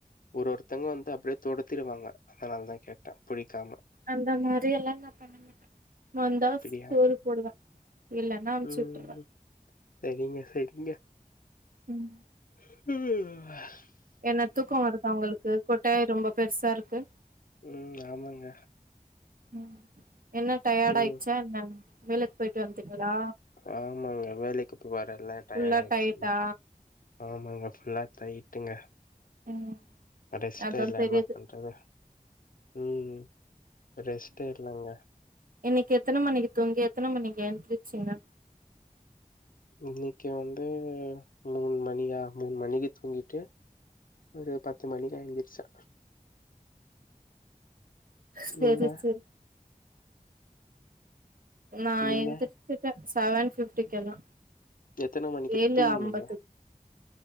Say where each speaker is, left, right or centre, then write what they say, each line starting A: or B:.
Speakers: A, on the left; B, on the right.
A: ஒரு ஒருத்தவங்க வந்து அப்டியே தொரத்திடுவாங்க அதனால தா கேட்டே புடிக்காம
B: அந்த மாதிரி எல்லா நா பண்ண மாட்டே வந்தா
A: அப்டியா
B: சோறு போடுவே இல்லன்னா அமுச்சு
A: ம்
B: விட்டுருவே
A: ஹூம் செரிங்க செரிங்க
B: ம்
A: ம்
B: என்ன தூக்க வருதா உங்களுக்கு கொட்டாயி ரொம்ப பெருசா இருக்கு
A: ம் ஆமாங்க
B: ம் என்ன டயர்ட
A: ம்
B: ஆயிட்ச்சா என்ன வேலைக்கு போயிட்டு வந்தீங்களா
A: ஆமாங் வேலைக்கு போய் வரல்ல டயர்ட்
B: ஃபுல்லா
A: ஆயிடுச்சுல்லா
B: டயட்டா
A: ஆமாங்க ஃபுல்லா டயீட் டுங்க
B: ம்
A: ரெஸ்டே
B: அதா
A: இல்ல
B: தெரியுது
A: என்ன பண்றது ம் ரெஸ்டே இல்லங்க
B: இன்னிக்கு எத்தன மணிக்கு தூங்கி எத்தன மணிக்கி எழுந்துருச்சுங்க
A: இன்னிக்கு வந்து மூண் மணியா மூண் மணிக்கு தூங்கிட்டு ஒரு பத்து மணிக்கா எந்திருச்சோ
B: செரி
A: நீங்க?
B: செரி நா
A: நீங்க?
B: எந்திருச்சிட்டேன் செவன் பிஃப்டிக்கு எல்லா
A: எத்தன மணிக்கு
B: ஏழு
A: தூங்குனீங்க?
B: அம்பது